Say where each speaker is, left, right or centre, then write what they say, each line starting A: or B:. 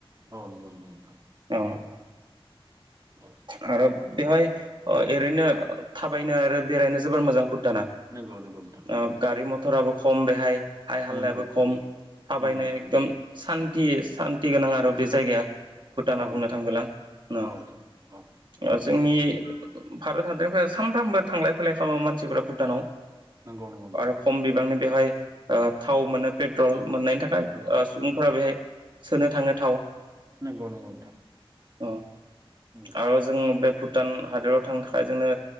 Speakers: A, on the right; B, on the right.
A: औ नोंगौ नोंगौ नोंथां।
B: <inaudible> आरोब
A: औ औ
B: बेवहाय ओ एरैनो थाबायनो आरो बेरायनो जोबोर मोजां भु थाना
A: नंगौ नंगौ नोंथां नंगौ
B: ओ गारि मथर आबो ख खम बेहाय हाय हालायाबो
A: नंगौ नोंथां
B: खम थाबायनो
A: नंगौ नंगौ
B: एकदम सान थि सान्ति गोनां आरो बे जायगाया भुटाना
A: औ नोंथां
B: बुंनो थांबोला न'
A: औ नोंथां औ
B: जोंनि भारत हादरनिफ्राय सामफ्रामबो थांलाय फैलाय खामो मानसिफोरा भुटानाव।
A: नंगौ नंगौ नोंथां
B: आरो खम बिबांनि बेवहाय ओ थाव मोनो पेट्रल मोननायनि थाखाय
A: नंगौ
B: ओ सुबुंफोरा
A: नंगौ
B: बेहाय सोनो थाङो थाव
A: नोंगौ नोंगौ नोंथां
B: औ
A: नंगौ
B: आरो जों बे फुट भुटान हादोराव थांनो थाखाय जोंनो